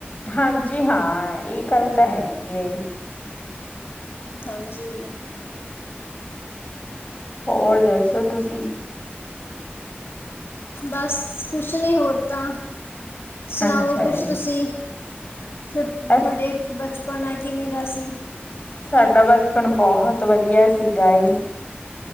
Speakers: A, on the left; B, on the left.
A: ਹਾਂਜੀ ਹਾਂ ਇਹ ਗੱਲ ਤਾਂ ਹੈਗੀ ਹੈ ਈ।
B: ਹਾਂਜੀ।
A: ਹੋਰ ਦੱਸੋ ਤੁਸੀਂ?
B: ਬਸ ਕੁਛ ਨੀ ਹੋਰ ਤਾਂ ਸੁਣਾਓ
A: ਅੱਛਾ
B: ਕੁਛ
A: ਜੀ
B: ਤੁਸੀਂ। ਥੁ
A: ਅਸੀਂ
B: ਥੋਡੇ ਬਚਪਨ ਆ ਕਿਵੇਂ ਦਾ ਸੀ।
A: ਸਾਡਾ ਬਚਪਨ ਬਹੁਤ ਵਧੀਆ ਸੀਗਾ ਏ।